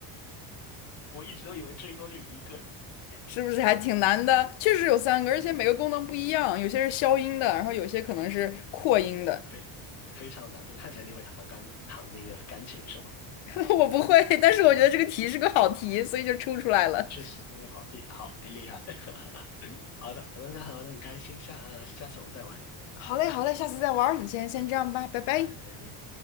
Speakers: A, on the left (about 35°); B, on the left (about 70°).
A: <laughs> 我一直都以为最多就一个，
B: 是不是还挺难的？确实有三个，而且每个功能不一样，有些是消音的，然后有些可能是扩音的。
A: 非非常有难度。看起来你会弹钢弹那个钢琴是吗？
B: <laughs> 我不会，但是我觉得这个题是个好题，所以就出出来了。
A: 确实是个好地好的厉害。<laughs> 好的好的，那好的，那很开心，下呃下次我们再玩。
B: 好嘞，好嘞，下次再玩儿。你先先这样吧，拜拜。
A: 哎，